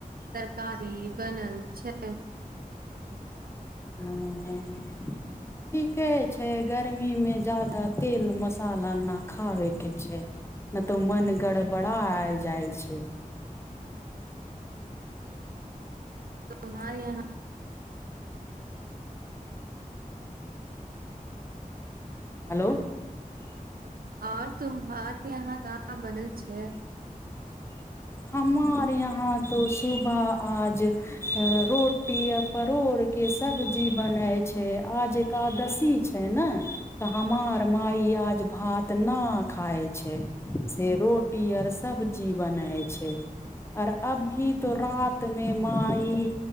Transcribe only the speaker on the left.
हं ठीके छै गर्मीमे जादा तेल मसाला नहि खाबेके छै न तऽ मन गड़बड़ाइ जाइ छै
हलो
हमार यहाँ तो सुबह आज रोटी आ परोड़ के सब्जी बनय छै आज एकादशी छै ने तऽ हमार माय आज भात न खाय छै से रोट टि आर सब बनय छै आओर अभी तो रात मे माई